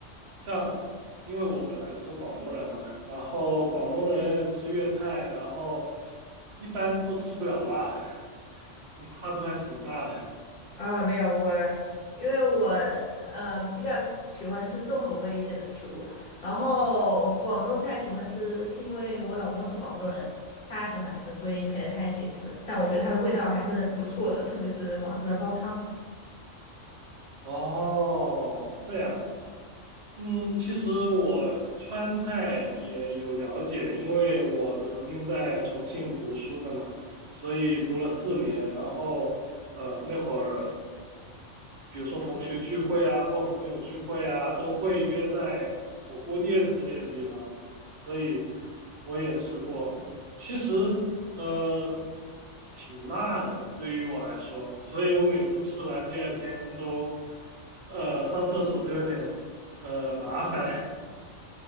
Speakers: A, on the right; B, on the left.
A: 像，因为我本来就是广东人嘛，然后广东人吃粤菜，然后一般都吃不了辣的，<laughs> 你跨度还挺大的。
B: 啊，没有我，因为我呃比较喜欢吃重口味一点的食物，然后广东菜喜欢吃，是因为我老公是广东人，他喜欢吃，所以陪着他一起吃。但我觉得它的味道还是不错的，特别是广式的煲汤。
A: 哦，这样嗯，其实我川菜也有了解，因为我曾经在重庆读书的嘛，所以读了四年。然后，呃，那会儿，比如说同学聚会啊，或朋友聚会啊，都会约在火锅店之类的地方，所以我也吃过。其实，呃，挺辣的，对于我来说，所以我每次吃完第二天都，呃，上厕所都有点。呃，麻烦。<laughs>